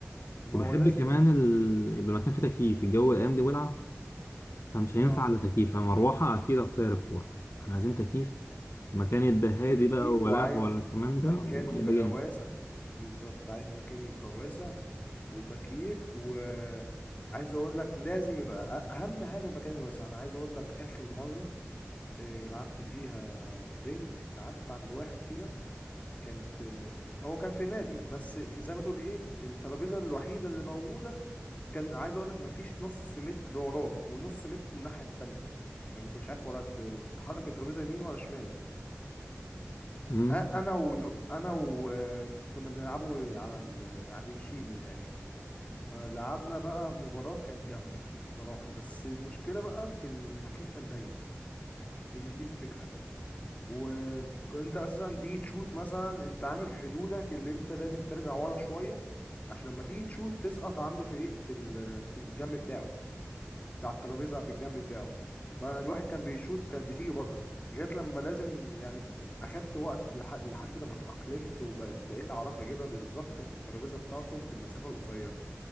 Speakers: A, on the left; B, on the left.
A: ما
B: وبحب
A: هو لازم
B: كمان ال... يبقى المكان فيه تكييف الجو الايام دي ولع فمش هينفع
A: اه
B: الا تكييف مروحه اكيد هتطير الكوره احنا عايزين تكييف مكان يبقى هادي
A: تكييف
B: بقى ولا
A: وعايز
B: قهوه ولا الكلام ده
A: مكان
B: ويبقى
A: يبقى
B: جامد
A: واسع بالظبط عايز مكان يبقى واسع وتكييف وعايز اقول لك لازم يبقى أ- اهم حاجة المكان الواسع انا عايز اقول لك اخر مرة آه، لعبت فيها بينج لعبت عند واحد كده كانت آه، هو كان في نادي بس زي ما تقول ايه الترابيزه الوحيده اللي موجوده كان عايز اقول لك مفيش نص متر وراك ونص متر الناحيه التانية يعني انت مش عارف ولا ت- تحرك الترابيزه يمين ولا شمال
B: امم
A: أ- انا و انا و آه، كنا بنلعبه على ال... على الشيل من الاخر فلعبنا بقى مباراه كانت جامده بصراحه بس المشكله بقى في المكان كان ضيق هي دي الفكره وانت اساسا تيجي تشوت مثلا انت عامل حدودك اللي انت لازم ترجع ورا شويه عشان لما تيجي تشوت تسقط عنده في ايه في ال- في الجنب بتاعه في على الترابيزه في الجنب بتاعه فالواحد كان بيشوت كانت بتيجي بره جت لما لازم يعني اخدت وقت لح- لحد لما اتاقلمت وبقيت اعرف اجيبها بالظبط في الترابيزه بتاعتهم في المسافه القصيره